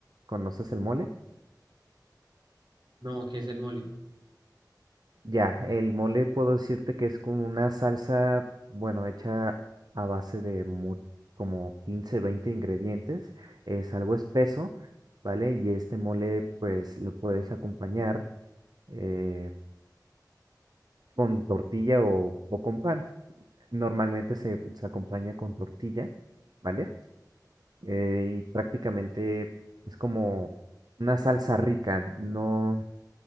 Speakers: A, on the right; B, on the right.
A: ¿Conoces el mole?
B: No, que es el mole.
A: Ya, el mole puedo decirte que es como una salsa, bueno, hecha a base de mu- como 15 20 ingredientes. Es algo espeso, ¿vale? Y este mole, pues lo puedes acompañar eh, con tortilla o, o con pan. Normalmente se, se acompaña con tortilla, ¿vale? Eh, y prácticamente es como una salsa rica, no,